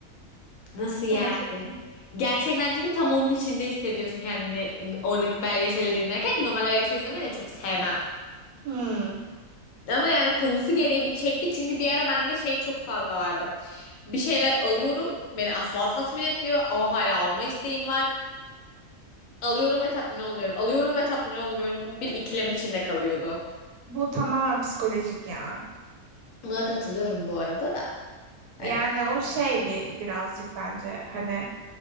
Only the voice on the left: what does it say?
Nasıl yani?
Gerçekten çünkü tam onun içinde hissediyorsun kendini oradaki belgeseli dinlerken ki normal belgesel izlemeyi de çok sevmem.
Ama yani konusu gereği bir çekti çünkü bir ara bende şey çok fazla vardı. Bir şeyler alıyorum beni asla tatmin etmiyor ama hala alma isteğim var. Alıyorum ve tatmin olmuyorum. Alıyorum ve tatmin olmuyorum gibi bir ikilem içinde kalıyordum.
Buna katılıyorum bu arada da. Hani